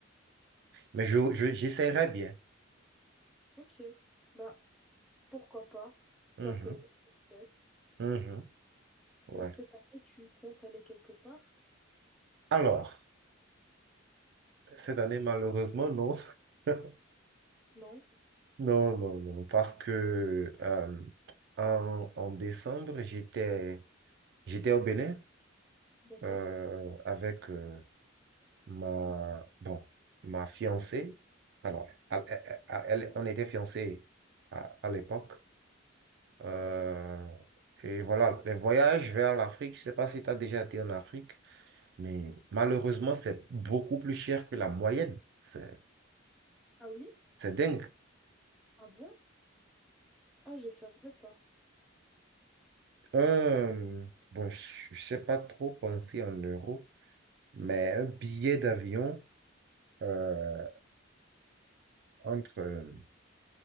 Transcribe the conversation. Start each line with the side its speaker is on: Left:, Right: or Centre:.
Right: Mais je, je- j'essaierai bien.
Centre: Ok. Bah pourquoi pas? Ça
Right: Mhm,
Centre: peut être chouette.
Right: mhm, ouais.
Centre: Et cette année, tu comptes aller quelque part?
Right: Alors, cette année, malheureusement, non. <laughs>
Centre: Non?
Right: Non, non, non, parce que euh, en, en décembre, j'étais j'étais au Bénin
Centre: D'accord.
Right: euh, avec, euh, ma, bon, ma fiancée, alors, elle, elle- elle- on était fiancés à, à l'époque. Euh, et voilà, les voyages vers l'Afrique, je ne sais pas si tu as déjà été en Afrique, mais malheureusement, c'est beaucoup plus cher que la moyenne. C'est,
Centre: Ah oui?
Right: c'est dingue.
Centre: Ah bon? Ah je savais pas.
Right: Un, bon, je ne sais pas trop penser en euros, mais un billet d'avion euh, entre euh,